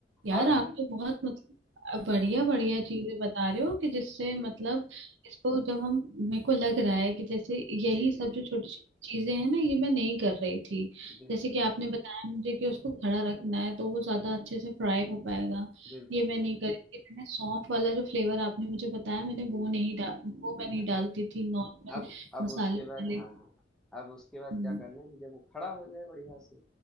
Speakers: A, on the right (about 70°); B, in the centre.
A: यार
B: और
A: आप
B: इत
A: तो बहुत मतलब
B: बिल्कुल,
A: बढ़िया बढ़िया चीजें बता रहे हो कि जिससे मतलब
B: बिल्कुल।
A: इसको जब हम मेरे को लग रहा है कि जैसे यही
B: जी, जी।
A: सब जो छोटी छोटी चीजें हैं ना ये मैं नहीं कर रही थी
B: बिल्कुल,
A: जैसे कि आपने बताया मुझे कि उसको खड़ा रखना है तो वो ज्यादा अच्छे से फ्राई हो पाएगा
B: बिल्कुल,
A: ये मैं
B: बिल्कुल।
A: नहीं कर रही थी मैंने सौंफ वाला जो फ्लेवर आपने मुझे बताया मैंने
B: जी,
A: वो नहीं
B: जी।
A: डाल वो मैं नहीं
B: हाँ,
A: डालती थी नॉर्मल
B: अब अब
A: मसाले
B: उसके
A: वाले
B: बाद हाँ, अब उसके बाद
A: हम्म
B: क्या करना है कि जब वो खड़ा हो जाए बढ़िया से,